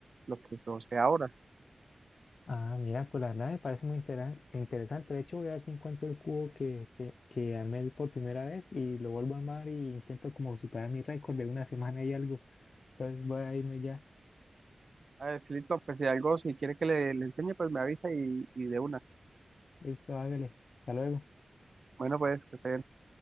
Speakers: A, on the right (about 55°); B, on the left (about 70°).
A: lo que yo sé ahora.
B: Ah, mira, pues la verdad me parece muy intera- interesante. De hecho, voy a ver si encuentro el cubo que, te- que armé por primera vez y lo vuelvo a armar y intento como superar mi récord de una semana y algo. Entonces voy a irme ya.
A: A ver, si listo, pues si algo, si quiere que le, le enseñe, pues me avisa y, y de una.
B: Listo, hágale. Hasta luego.
A: Bueno, pues que esté